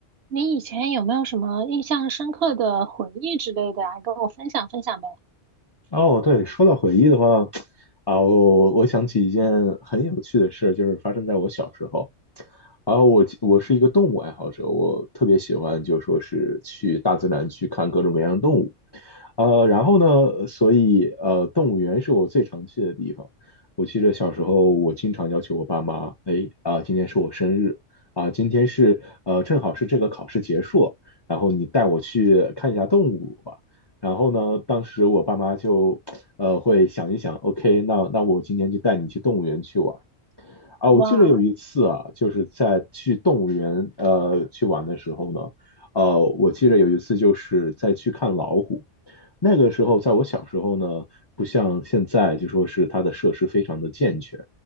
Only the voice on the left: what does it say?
哦，对，说到回忆的话，啊，我我想起一件很有趣的事，就是发生在我小时候。啊，我我是一个动物爱好者，我特别喜欢就说是去大自然去看各种各样的动物。呃，然后呢，所以呃，动物园是我最常去的地方。我记得小时候，我经常要求我爸妈，哎，啊、今天是我生日，啊、今天是呃，正好是这个考试结束，然后你带我去看一下动物吧。然后呢，当时我爸妈就呃会想一想，OK，那那我今天就带你去动物园去玩。啊，我记得有一次啊，
就是在去动物园呃去玩的时候呢，呃，我记得有一次就是在去看老虎。那个时候，在我小时候呢，不像现在，就说是它的设施非常的健全。